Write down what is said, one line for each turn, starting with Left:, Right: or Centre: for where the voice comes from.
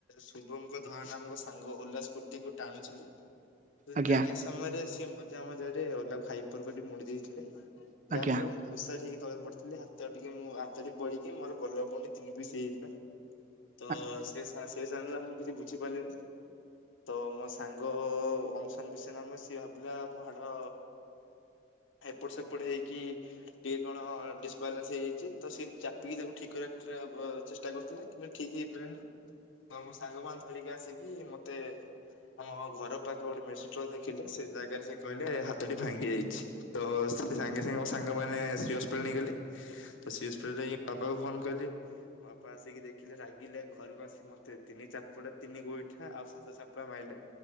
Left: ଶୁଭମଙ୍କ ଧଆ ନାମକ ସାଙ୍ଗ ଓଲା ସ୍କୁ ସ୍କୁଟି କୁ ଟାଣୁଥିଲି
Right: ଆଜ୍ଞା
Left: ଟାଣିବା ସମୟରେ, ସିଏ ମଜା ମଜା ରେ ଓଲାକୁ ହାଇପର କରି ମୋଡି ଦେଇଥିଲେ
Right: ଆଜ୍ଞା
Left: ଯାହାଫଳରେ ମୁ ଘୋଷାରି ହେଇକି ତଳେ ପଡିିଥିଲି, ହାତ ଟିକେ ମୁଁ, ହାତରେ ପଡ଼ିକି ମୋର <unintelligible> ତିନି ପିସ୍ ହେଇଥିଲା।
Right: <inaudible>
Left: ତ ସେ, ସେ ସାଙ୍ଗ <unintelligible> ମୁଁ କିଛି ବୁଝିପାରିଲିନି। ତ ମୋ ସାଙ୍ଗ ଅଂସନ ବିଷୟ ନାମ, ସିଏ ଭାବିଲା ମୋ ହାଡ ଏପଟ ସେପଟ ହେଇକି ଟିକେ କଣ ଡିସବାଲାନ୍ସ ହେଇଯାଇଛି, ତ ସେ ଚାପିକି ତାକୁ ଠିକ କରିବା ଚେଷ୍ଟା କରୁଥିଲା କିନ୍ତୁ ଠିକ ହେଇପାଇଲାନି, ତ ମୋ ସାଙ୍ଗ ମାନେ ଧରିକି ଆସିକି ମତେ ଆମ ଘର ପାଖ ଗୋଟେ ମେଡ଼ିସିନ ଷ୍ଟୋର ଦେଖେଇଲେ, ସେ ଜାଗାରେ ସେ କହିଲେ ହାତଟି ଭାଙ୍ଗି ଯାଇଛି। ତ ସେ ସାଙ୍ଗେ ସାଙ୍ଗେ ମୋ ସାଙ୍ଗ ମାନେ ଶ୍ରୀ ହସ୍ପିଟାଲ ନେଇଗଲେ। ତ ଶ୍ରୀ ହସ୍ପିଟାଲ ଯାଇକି ବାପାଙ୍କୁ ଫୋନ କଲି, ମୋ ବାପା ଆସିକି ଦେଖିଲେ ରାଗିଲେ, ଘରକୁ ଆସି ମତେ ତିନି ଚାପୁଡା, ତିନି ଗୋଇଠା, ଆଉ ସାତ ଚାପୁଡ଼ା ମାଇଲେ।